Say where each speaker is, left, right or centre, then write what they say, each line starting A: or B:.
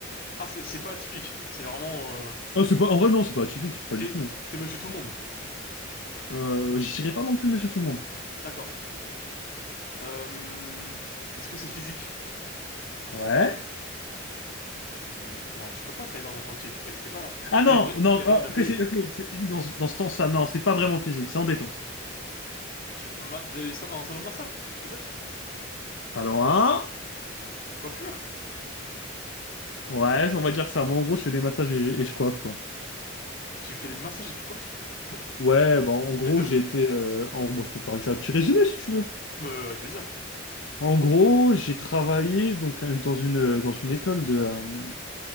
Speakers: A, on the left; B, on the left.
A: Ah, c'est c'est pas atypique. C'est vraiment. euh,
B: Oh, c'est pas, en vrai, non, c'est pas atypique, pas
A: T'es
B: du tout, non.
A: t'es monsieur tout le monde.
B: Euh, j'irai pas non plus, monsieur tout le monde.
A: D'accord. Hum, Est-ce que c'est physique?
B: Ouais.
A: Tu non, tu peux pas travailler dans un chantier. Tu payes- t'es pas
B: Ah
A: t'es
B: non,
A: vrai
B: non,
A: t'es vraiment
B: oh,
A: bien
B: ok,
A: payé.
B: c'est ok, c'est physique dans, ce dans ce temps-là, non, c'est pas vraiment physique, c'est en détente.
A: Tu ma- des sa- un salon de massage peut-être?
B: Allons, hein?
A: Coiffure?
B: Ouais, on va dire ça. Moi, en gros, je fais des massages et, et je coiffe, quoi.
A: Tu fais des massages et tu coiffes? <laughs>
B: Ouais, bah, en gros,
A: Les deux?
B: j'ai été. euh, en, bon, je peux te faire une- un petit résumé si tu veux.
A: Euh, avec plaisir.
B: En gros, j'ai travaillé donc euh, dans une, euh, dans une école de. euh,